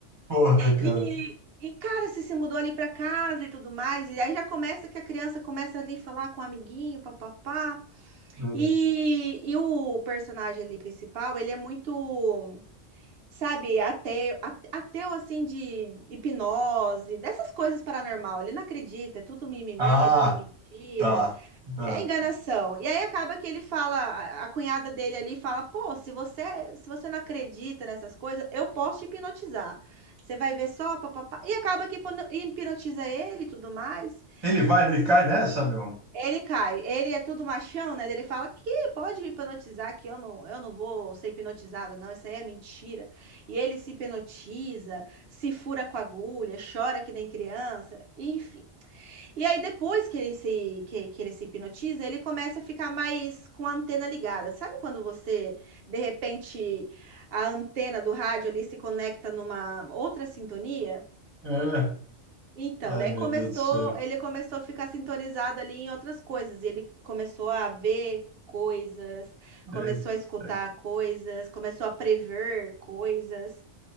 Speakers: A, on the right; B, on the right.
A: porra, cara.
B: E, e, cara, você se mudou ali para casa e tudo mais, e aí já começa que a criança começa ali a falar com o amiguinho, papapá.
A: Eh,
B: E, e o personagem ali principal, ele é muito. Sabe, ateu, at- ateu assim de hipnose, dessas coisas paranormal. Ele não acredita, é tudo mimimi,
A: ah,
B: é tudo mentira,
A: tá. tá.
B: é enganação. E aí acaba que ele fala, a a cunhada dele ali fala: "Pô, se você, se você não acredita nessas coisas, eu posso te hipnotizar. Você vai ver só, papapá". E acaba que hipno- hipnotiza ele e tudo mais.
A: Ele vai, ele cai nessa, meu?
B: Ele cai. Ele é tudo machão, né? Ele fala que pode me hipnotizar, que eu não, eu não vou ser hipnotizado, não. Isso aí é mentira. E ele se hipnotiza, se fura com a agulha, chora que nem criança, enfim. E aí depois que ele se que, que ele se hipnotiza, ele começa a ficar mais com a antena ligada. Sabe quando você de repente a antena do rádio ali se conecta numa outra sintonia?
A: É.
B: Então,
A: Ai,
B: daí
A: meu
B: começou,
A: Deus do céu.
B: ele começou a ficar sintonizado ali em outras coisas, e ele começou a ver coisas, começou
A: Eita.
B: a escutar coisas, começou a prever coisas,